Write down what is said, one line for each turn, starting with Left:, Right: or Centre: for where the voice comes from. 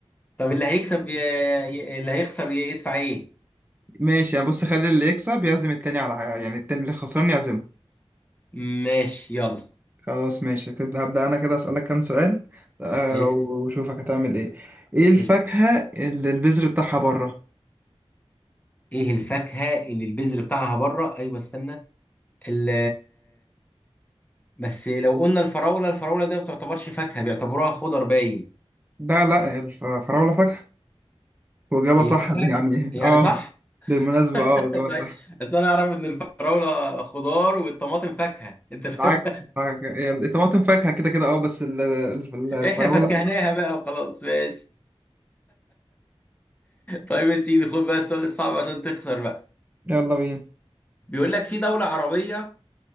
Left: طب اللي هيكسب ي... ي- اللي هيخسر ي- يدفع ايه
Right: ماشي يعني بص خلي اللي يكسب يعزم التاني على حاجة يعني التاني اللي خسران يعزمه
Left: ماشي يلا
Right: خلاص ماشي تبدأ هبدأ أنا كده أسألك كام سؤال آه،
Left: اسال
Right: وشوفك هتعمل إيه إيه الفاكهة
Left: قشطة
Right: اللي البذر بتاعها بره
Left: ايه الفاكهة اللي البذر بتاعها بره ايوه استنى ال... بس لو قلنا الفراولة الفراولة ده ما بتعتبرش فاكهة بيعتبروها خضر باين
Right: لا لا الفراولة فاكهة وإجابة
Left: هي
Right: صح
Left: فاكهة
Right: <laughs> يعني
Left: يعني
Right: آه
Left: صح
Right: بالمناسبة آه
Left: <laughs>
Right: إجابة
Left: طيب
Right: صح
Left: بس انا اعرف ان الفراولة خضار والطماطم فاكهة انت فاهم
Right: العكس بتاع- يعني الطماطم فاكهة كده كده اه بس ال- ال- الفراولة
Left: احنا فكهناها بقى وخلاص ماشي طيب يا سيدي خد بقى السؤال الصعب عشان تخسر بقى
Right: يلا بينا
Left: بيقول لك في دولة عربية